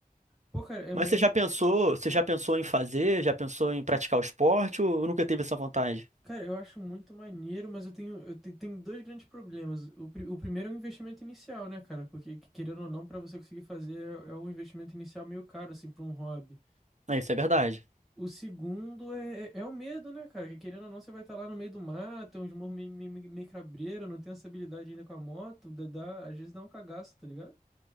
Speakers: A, in the centre; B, on the right.
A: Pô, cara, é,
B: Mas
A: é
B: você já pensou, você já pensou em fazer, já pensou em praticar o esporte ou nunca teve essa vontade?
A: Cara, eu acho muito maneiro, mas eu tenho, eu te- tenho dois grandes problemas. O, pri- o primeiro é o investimento inicial, né, cara? Porque, que- querendo ou não, pra você conseguir fazer, é, é um investimento inicial meio caro, assim, pra um hobby.
B: É, isso é verdade.
A: O segundo é, é, é o medo, né, cara? Que, querendo ou não, você vai estar lá no meio do mato, tem uns morros meio, meio, meio meio cabreiro, não tem essa habilidade ainda com a moto, dá, dá- às vezes dá um cagaço, tá ligado?